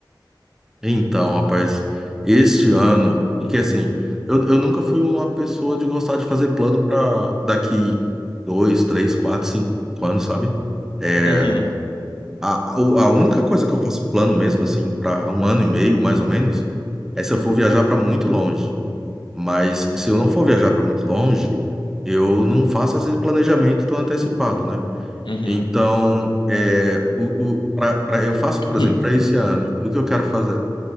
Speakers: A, in the centre; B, on the left (about 80°).
A: Então, rapaz, este ano, porque assim, eu, eu nunca fui uma pessoa de gostar de fazer plano para daqui dois, três, quatro, cinco anos, sabe? É,
B: Uhum,
A: a, a a única coisa que eu faço plano mesmo, assim, para um ano e meio, mais ou menos, é se eu for viajar para muito longe. Mas se eu não for viajar para muito longe, eu não faço esse planejamento tão antecipado, né?
B: uhum,
A: Então, é, o, o, pra, pra- eu faço, por
B: hum,
A: exemplo, para esse ano, o que eu quero fazer?